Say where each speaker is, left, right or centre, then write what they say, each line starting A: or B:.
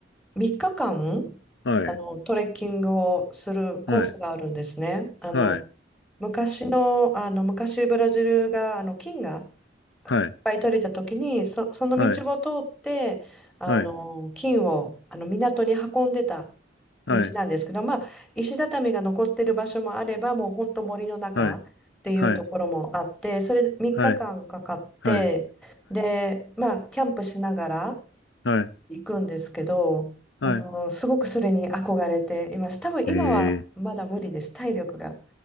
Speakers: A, in the centre; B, on the left.
A: 3日間、
B: はい、
A: あの、トレッキングをするコースがあるんですね。
B: はい、
A: あの、
B: はい、
A: 昔の、あの、昔ブラジルが、あの、金が
B: はい、
A: いっぱい取れた時に、そ、その道を通って、
B: は
A: あの、
B: い、
A: 金を、あの、港に運んでた
B: はい、
A: 道なんですけど、まあ、石畳が残ってる場所もあれば、もう本当森の中っていうところもあって、
B: はい、はい、
A: それ3日間かんかかって、
B: はい、はい、はい、はい、
A: で、まあ、キャンプしながら
B: はい、
A: 行くんですけど、
B: はい、
A: あの、すごくそれに憧れています。多分今はまだ無理です。
B: ええ、
A: 体力が